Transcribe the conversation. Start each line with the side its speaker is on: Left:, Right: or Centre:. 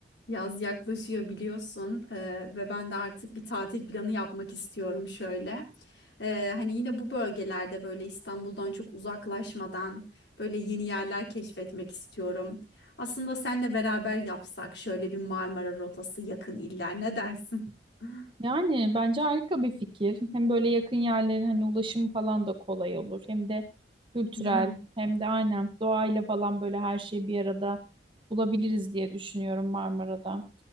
Left: Yaz yaklaşıyor biliyorsun eee, ve ben de artık bir tatil planı yapmak istiyorum şöyle. Eee, hani yine bu bölgelerde böyle İstanbul'dan çok uzaklaşmadan böyle yeni yerler keşfetmek istiyorum. Aslında senle beraber yapsak şöyle bir Marmara rotası yakın iller ne dersin? <laughs>
Right: Yani bence harika bir fikir. Hem böyle yakın yerlerin hani ulaşım falan da kolay olur. Hem de kültürel
Left: Değil mi?
Right: hem de aynen doğayla falan böyle her şeyi bir arada bulabiliriz diye düşünüyorum Marmara'da.